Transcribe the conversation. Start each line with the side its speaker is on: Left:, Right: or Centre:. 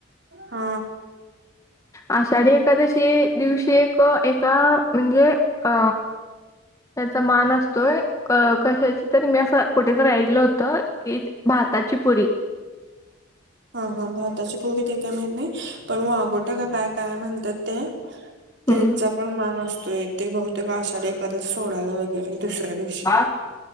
Right: हा
Left: आषाढी एकादशी दिवशी एक एका म्हणजे अ त्याचा मान असतोय कशाची तरी मी असं कुठेेतरी ऐकलं होत की भाताची पुरी
Right: हा- हा भाताची पूरी ते काय माहित नाही पण वागोटा का काय- काय म्हणत्यात ते त्यांचा
Left: हम्म
Right: पण मान असतोय ते बहुतेक आषाढ एकादस सोडायला वगैरे दुसऱ्या दि शी
Left: हम्म